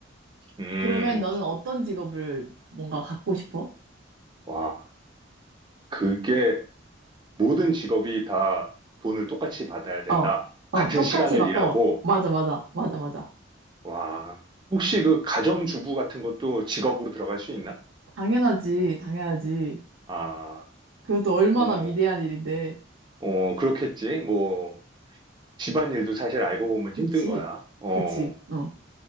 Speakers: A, on the right (about 25°); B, on the right (about 75°).
A: 음,
B: 그러면 너는 어떤 직업을 뭔가 갖고 싶어?
A: 와, 그게 모든 직업이 다 돈을 똑같이 받아야 된다.
B: 어, 어,
A: 같은
B: 똑같이
A: 시간을
B: 바꿔.
A: 일하고,
B: 맞아, 맞아, 맞아, 맞아.
A: 와, 혹시 그 가정주부 같은 것도 직업으로 들어갈 수 있나?
B: 당연하지, 당연하지.
A: 아,
B: 그것도 얼마나
A: 어,
B: 위대한 일인데.
A: 어, 그렇겠지. 뭐, 집안일도 사실 알고 보면
B: 그치,
A: 힘든 거야. 어,
B: 그치, 어.